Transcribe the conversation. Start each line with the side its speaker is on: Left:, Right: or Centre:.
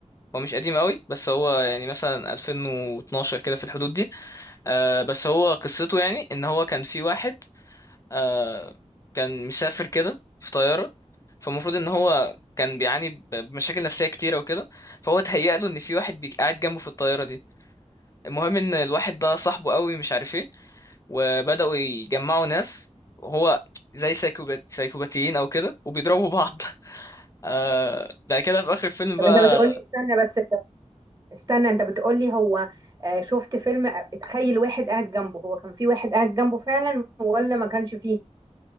Left: هو مش قديم قوي بس هو يعني مثلا 2012 كده في الحدود دي آه بس هو قصته يعني ان هو كان في واحد آه كان مسافر كده في طيارة فالمفروض ان هو كان بيعاني ب- بمشاكل نفسية كتيرة وكده فهو اتهيأ له ان في واحد بي- قاعد جنبه في الطيارة دي المهم ان الواحد ده صاحبه قوي مش عارف ايه وبدأوا يجمعوا ناس وهو زي سايكوبات سايكوباتيين او كده وبيضربوا بعض <laughs> آه بعد كده في اخر الفيلم بقى
Right: طب انت بتقولي استنى بس استنى انت بتقولي هو آه، شفت فيلم آه، اتخيل واحد قاعد جنبه هو كان في واحد قاعد جنبه فعلا ولا ما كانش فيه